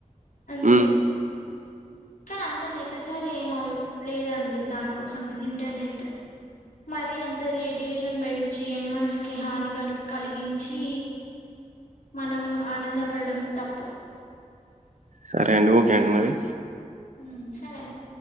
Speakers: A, on the left; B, on the right.
A: అంతే
B: ఉమ్
A: కానీ అంత నెససరీ ఏమ లేదండి దానికోసం ఇంటర్నెట్ మరి అంత రేడియేషన్ పెంచి ఎనిమల్స్ కి హాని క కలిగిం చి మనం ఆనందపడడం తప్పు
B: సరే అండి ఓకే అండి మరి
A: ఉ సరే అండి